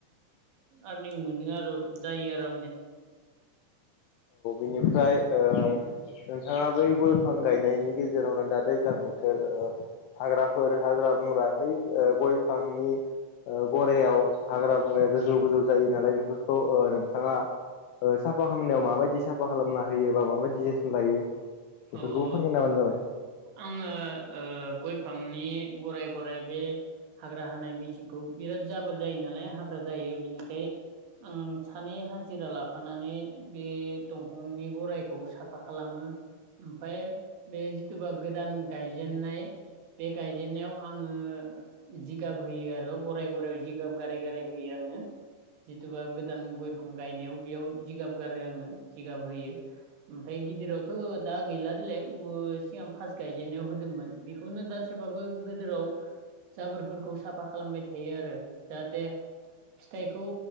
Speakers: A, on the right; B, on the left.
A: आरनिं मोनो आरो जायो आरो आंनिया।
B: बेनिफ्राय ओ नोंथाङा बै गय फां गायनायनि गेजेरावनो दा दैज्लां बोथोर ओ हाग्राफोर हाग्रा <unintelligible> ओ गय फांनि ओ गरायाव हाग्रा बंग्राया गोजौ गोजौ जायो नालाय बेफोरखौ ओ नोंथाङा ओ साफा खालामनायाव माबायदि साफा खालामना होयो बा माबायदि जोथोन लायो बेफोरखौबो
A: औ औ
B: फोरमायना होबानो जाबाय
A: आङो ओ गय फांनि गराय गराय बे हाग्रा हानाय मिसिं खौ बिराद जाबोर जायो नालाय हाग्रा जायो बिनिखाय आं सानै हाजिरा लाफानानै बे दंफांनि गराइखौ साफा खालामो। ओमफाय बे जिथुबा गोदान गायजेनाय बे गायजेनन्नायाव आङो जिगाब होयो आरो गराय गरयाव जिगाब गारै गारै होयो। आंङो जिथुबा गोदान गयफां गायनायाव बेयाव जिगाब गारो आङो जिगाब होयो। ओमफाय गिदिरावथ' दा गैला देलाय <unintelligible> सिगां फास गायजेेननायाव होदोंमोन बेखौनो दा थेबाबो गोदोराव जाबोरफोरखौ साफा खालामबाय थायो आरो जाहाथे फिथाइखौ